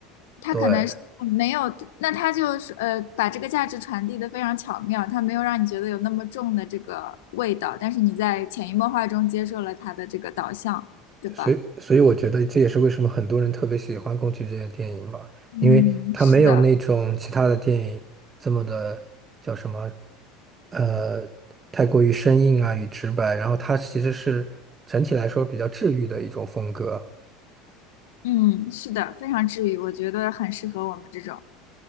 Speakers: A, on the left; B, on the right.
A: 她可能是嗯没有，
B: 对。
A: 那她就是呃，把这个价值传递的非常巧妙，她没有让你觉得有那么重的这个味道，但是你在潜移默化中接受了她的这个导向，对吧？
B: 所以，所以我觉得这也是为什么很多人特别喜欢宫崎骏的电影吧，
A: 嗯，
B: 因为他没有那种其他的电影这么的叫什么，
A: 是的，
B: 呃，太过于生硬啊与直白，然后它其实是整体来说比较治愈的一种风格，
A: 嗯，是的，非常治愈，我觉得很适合我们这种，